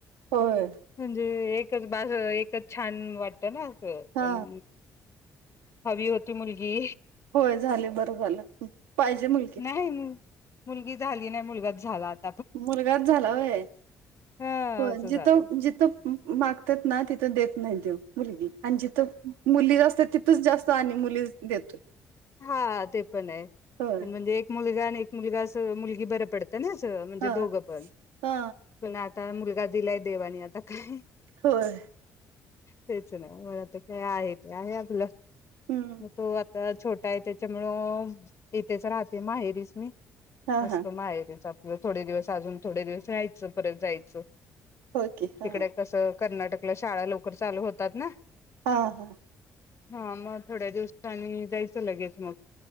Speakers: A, on the right; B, on the left.
A: होय.
B: म्हणजे एकच बाज एकच छान वाटत ना असं
A: हा
B: पण. हवी होती मुलगी..
A: होय झाले बरं झालं पाहिजे मुलगी..
B: नाही.. मुलगी झाली नाही मुलगाच झालात..
A: मुलगाच झाला वय
B: ह
A: पण
B: असं
A: जिथं
B: झालं.
A: जिथं.. मागतात ना तिथं देत नाही दे मुलगी आणि जिथं.. मुली जा असत तिथच जास्त आणि मुली देतोय..
B: हा ते पण आहे
A: होय
B: पण म्हणजे एक मुलगा आणि एक मुलगा अस मुलगी बर पडत.. ना असं म्हणजे
A: हा
B: दोघं पण
A: हा
B: पण आता मुलगा दिलाय देवानी आता काय..
A: होय.
B: तेच नाही मलाता काय आहे ते आहे आपलं
A: हम्म
B: मग तो आता छोट.. काय त्याच्यामुळं येथेच राहते माहेरीच मी
A: हा
B: असतो
A: हा
B: माहेरी.. आपलं थोडे दिवस अजून थोडे दिवस राहायचं परत जायचं..
A: होके हा
B: तिकडे कसं कर्नाटकला शाळा लवकर चालू होतात ना..
A: हा हा.
B: हा मग थोड्या दिवसानी जायचं लगेच मग..